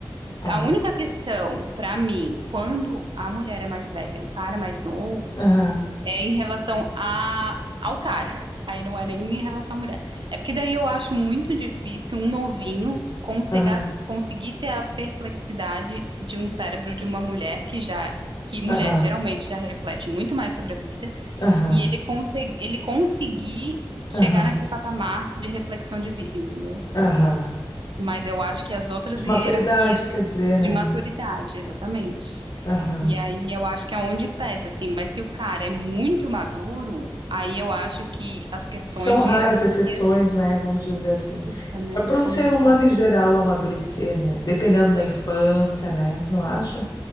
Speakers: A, on the left; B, on the right.
A: Ah,
B: A única questão, para mim, quando a mulher é mais velha e o cara é mais novo,
A: aham,
B: é em relação a, ao cara. <laughs> Aí não é nem em relação à mulher. É porque daí eu acho muito difícil um novinho conseguir,
A: aham,
B: conseguir ter a perplexidade de um cérebro de uma mulher que já, que mulher
A: aham,
B: geralmente já reflete muito mais sobre a vida
A: aham,
B: e ele, conse- ele conseguir chegar
A: aham,
B: naquele patamar de reflexão de vida, entendeu?
A: aham.
B: Mas eu acho que as outras
A: De
B: hierarquias
A: maturidade, isso quer dizer,
B: de
A: né?
B: maturidade, exatamente.
A: Aham.
B: E aí eu acho que é onde pesa, assim. Mas se o cara é muito maduro, aí eu acho que as questões
A: São raras
B: de hierarquia,
A: exceções, né? Vamos dizer assim.
B: puta, né,
A: É para
B: são
A: o ser
B: muito
A: humano
B: raras.
A: em geral amadurecer, né? Dependendo da infância, né? Tu não acha?